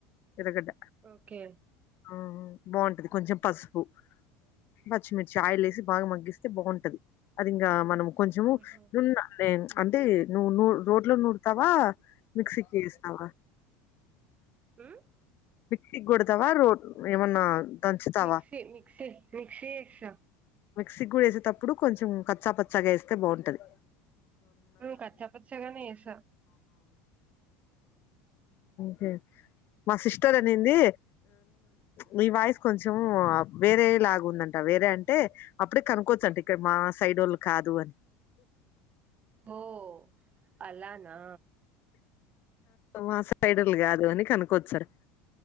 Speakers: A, on the left; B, on the right.
A: ఎర్రగడ్డ
B: ఓకే
A: ఆ బాగుంటది కొంచెం పసుపు పచ్చిమిర్చి ఆయిల్ వేసి బాగా మగ్గిస్తే బాగుంటది. అది ఇంగా మనం కొంచెము
B: ఆహా
A: ఉన్నా లేదు అంటే నువ్వు నూ రోట్లో నూరుతావా మిక్సీకి వేస్తావా
B: హ్మ్
A: క్సికి కొడతావా రోట్ ఏమన్నా దంచుతావా
B: మిక్సి మిక్సి మిక్స ఎస్తే
A: మిక్సిక్ కూడాడ వేసేటప్పుడు కొంచెం కచ్చాపచ్చాగా వేస్తే బాగుంటది.
B: కచ పచగానీ ఎస
A: కే మా సిస్టర్ అనింది న వాయిస్ కొంచెం వేరే లాగా ఉందంట వేరే అంటే అప్పుడే కనుక్కవచ్చంట ఇక్కడ మా సైడ్ వాళ్ళు కాదు అని
B: హొ అలానా
A: మా సైడోలు కాదు అని కనుకోవచ్చ సార్